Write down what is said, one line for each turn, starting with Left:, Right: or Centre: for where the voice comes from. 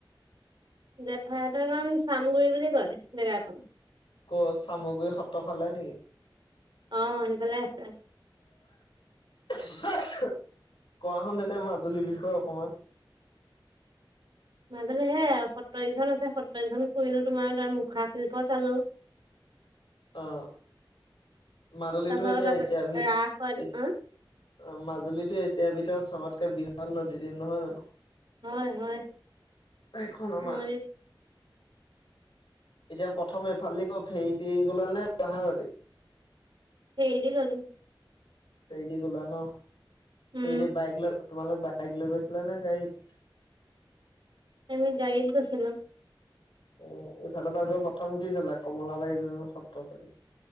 Right: জেঠাইহতকন চামগুৰি বুলি কয় জেগাকন।
Left: ক' চামগুৰি সত্ৰ ফালে নেকি?
Right: আহ সেইফালে আছে।
Left: কোৱা হোন তেতিয়া মাজুলীৰ বিষয়ে অকমান।
Right: মাজুলিৰ হে সতৰকখন আছে সত্ৰখনৰ ফুৰিলো, তোমাৰ তাৰ মুখা শিল্প চালো <inaudible>
Left: অ' মাজুলীতো
Right: তাৰপিছত
Left: এতিয়া
Right: আকৌ তাত
Left: এছিয়াৰ।
Right: ৰাস হয় ন,
Left: অ' মাজুলীতো এছিয়াৰ ভিতৰত চবতকে বৃহৎ নদী দিপ নহয় জানো।
Right: হয়, হয়।
Left: এখন আমাৰ
Right: নদীত
Left: এতিয়া প্ৰথম এইফালে ক ফেৰি দি গলা নে জাহাজেদী
Right: ফেৰি দি গলো
Left: ফেৰিডি গলা ন
Right: উম
Left: ফেৰিদি বাইক ল তোমালোক বাইক লগৈ গৈছিলা নে গাড়ীত
Right: আমি গাৰিত গৈছিলোঁ
Left: উম ইফালৰ পৰা গৈ প্ৰথম কি চালে কমলাবাই গ সত্ৰ চাগে